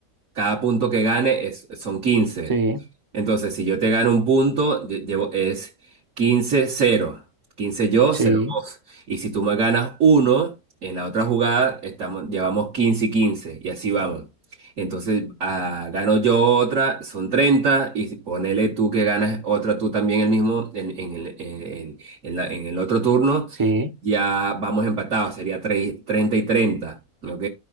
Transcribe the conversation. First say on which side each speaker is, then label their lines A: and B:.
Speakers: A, on the right; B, on the right.
A: cada punto que gane es, son quince
B: sí,
A: Entonces, si yo te gano un punto, lle- llevo, es quince cero quince yo,
B: sí,
A: cero vos. Y si tú me ganas uno, en la otra jugada estamos, llevamos 15 y quince Y así vamos. Entonces, ah, gano yo otra, son treinta Y si- ponele tú que ganas otra tú también el mismo en, en el, en, en- en la- en el otro turno.
B: sí.
A: Ya vamos empatados, sería 3 30 y treinta ¿Ok?